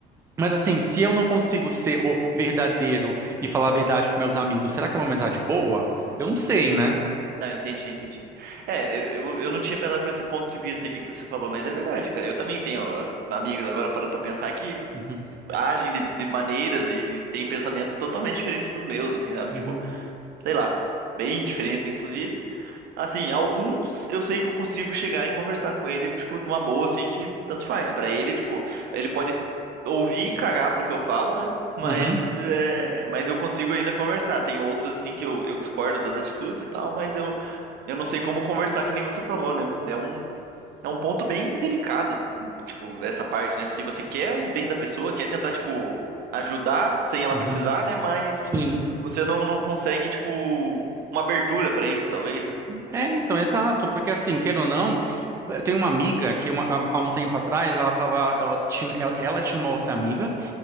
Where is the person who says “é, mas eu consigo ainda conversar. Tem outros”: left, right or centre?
Right